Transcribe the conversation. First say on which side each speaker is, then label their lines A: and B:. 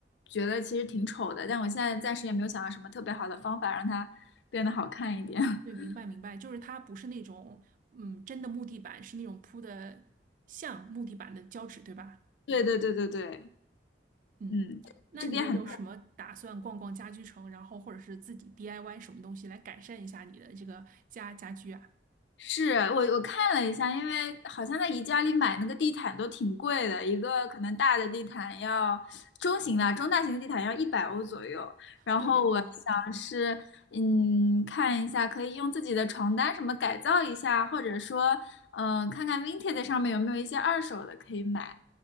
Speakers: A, on the left; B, on the right.
A: 觉得其实挺丑的，但我现在暂时也没有想到什么特别好的方法让它变得好看一点。<laughs>
B: 对，明白明白，就是它不是那种，嗯，真的木地板，是那种铺的像木地板的胶纸，对吧？
A: 对对对对对，
B: 嗯，
A: 嗯，
B: 那你有没有什么打算逛逛家居城，
A: 这边很。
B: 然后或者是自己 DIY 什么东西来改善一下你的这个家家居啊？
A: 是我我看了一下，因为好像在宜家里买那个地毯都挺贵的，一个可能大的地毯要中型的、中大型的地毯要一百欧左右。然后我想是，
B: 对对对，
A: 嗯，看一下可以用自己的床单什么改造一下，或者说，嗯、看看 Vinted 上面有没有一些二手的可以买